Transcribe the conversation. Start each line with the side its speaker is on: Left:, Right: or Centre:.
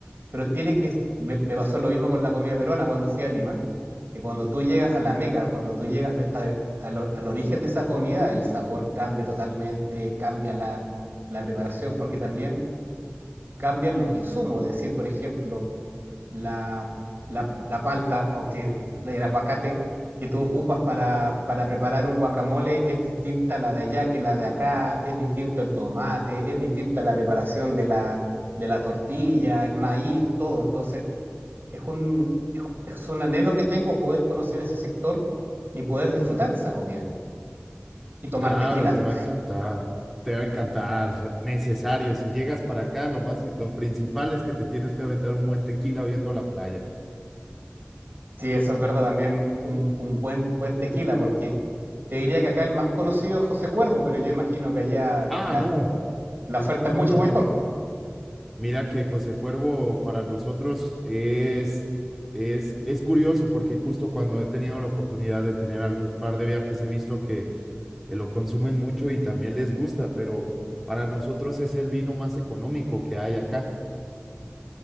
Right: Pero tiene que, me, me pasó lo mismo con la comida peruana cuando fui a Lima, que cuando tú llegas a la Meca, cuando tú llegas de- a- a lo- al origen de esa comida, el sabor cambia totalmente, cambia la, la preparación, porque también cambian los insumos, es decir, por ejemplo, la, la, la palta, aunque el aguacate que tú ocupas para, para, preparar un guacamole es distinta a la de allá que la de acá, es distinto el tomate, es distinta la preparación de la, de la tortilla, el maíz, todo. Entonces, es un, es un anhelo que tengo poder conocer ese sector y poder disfrutar de esa comida y tomar
Centre: Claro,
Right: tequila.
Centre: y te va a encantar. Te va a encantar, necesario. Si llegas para acá, lo más, lo principal es que te tienes que aventar un buen tequila viendo la playa.
Right: Sí, eso es verdad, también un, un buen, buen tequila, porque te diría que acá el más conocido es José Cuervo, pero yo imagino que allá
Centre: Ah,
Right: la,
Centre: no,
Right: la oferta
Centre: no,
Right: es mucho
Centre: no,
Right: mejor.
Centre: no. Mira que José Cuervo para nosotros es, es, es curioso porque justo cuando he tenido la oportunidad de tener algún par de viajes he visto que, que lo consumen mucho y también les gusta, pero para nosotros es el vino más económico que hay acá.